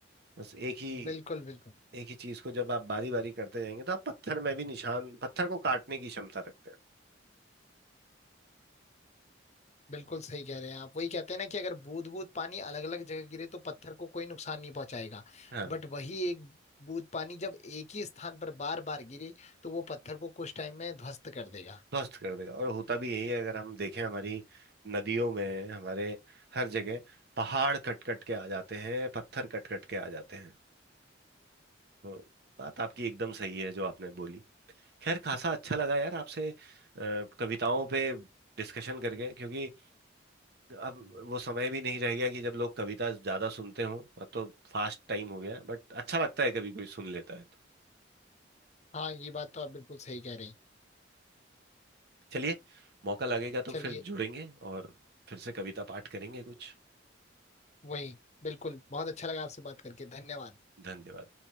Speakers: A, on the right; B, on the left.
A: बस एक ही
B: बिल्कुल बिल्कुल
A: एक ही चीज को जब आप बारी बारी करते जाएंगे तो आप पत्थर में भी निशान पत्थर को काटने की क्षमता रखते हैं
B: बिल्कुल सही कह रहे हैं आप वही कहते हैं ना कि अगर बूंद बूंद पानी अलग अलग जगह गिरे तो पत्थर को कोई नुकसान नहीं पहुंचाएगा
A: हाँ
B: बट वही एक बूंद पानी जब एक ही स्थान पर बार बार गिरे तो वो पत्थर को कुछ टाइम में ध्वस्त कर देगा
A: ध्वस्त कर देगा और होता भी यही है अगर हम देखें हमारी नदियों में हमारे हर जगह पहाड़ कट कट के आ जाते हैं पत्थर कट कट के आ जाते हैं तो बात आपकी एकदम सही है जो आपने बोली खैर खासा अच्छा लगा यार आपसे अ, कविताओं पे डिस्कशन करके क्योंकि अब वो समय भी नहीं रह गया कि जब लोग कविता ज्यादा सुनते हों अब तो फास्ट टाइम हो गया बट अच्छा लगता है कभी कोई सुन लेता है तो।
B: हाँ ये बात तो आप बिल्कुल सही कह रहे हैं
A: चलिए मौका लगेगा तो
B: चलिए
A: फिर जुड़ेंगे और फिर से कविता पाठ करेंगे कुछ
B: वही बिल्कुल बहुत अच्छा लगा आपसे बात करके धन्यवाद
A: धन्यवाद